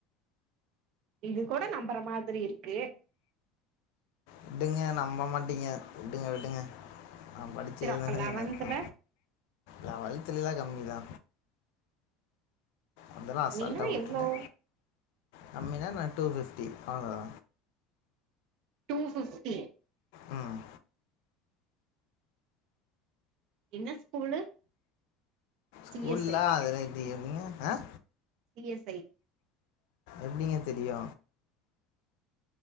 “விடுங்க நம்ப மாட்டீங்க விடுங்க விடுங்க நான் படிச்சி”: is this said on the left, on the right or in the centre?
Left